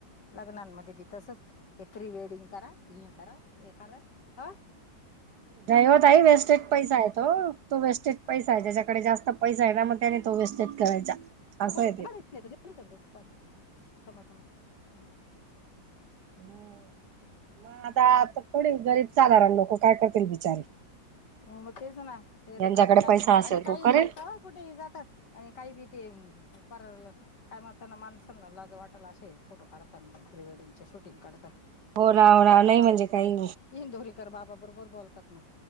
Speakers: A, on the left; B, on the right.
A: लग्नांमध्ये बी तसंच ते प्री वेडिंग करा हे करा ते करा अ
B: नाही ओ ताई वेस्टेज पैसा आहे तो तो वेस्टेज पैसा आहे त्याच्याकडे जास्त पैसा आहे ना मग त्यांनी तो वेस्टेज करायचा. असं
A: कोणतारी
B: आहे ते
A: <unintelligible> थांबा थांबा हां.
B: हम म आता आता थोडी गरीब साधारण लोकं काय करतील बिचारे.
A: मग तेच ना हे रिकामी
B: ज्यांच्याकडे
A: रिकामी
B: पैसा असेल
A: आणि काही
B: तो करेल
A: करता कुठेही जातात आणि काही बी ते परल. काय म्हणताना माणसांना लाज वाटल अशे फोटो काढतात प्रीवेडिंगचे शूटिंग काढता.
B: हो ना हो
A: ते बसता
B: ना नाही म्हणजे
A: बघत
B: काही
A: ते इंदोरीकर बाबा बरोबर बोलतात ना.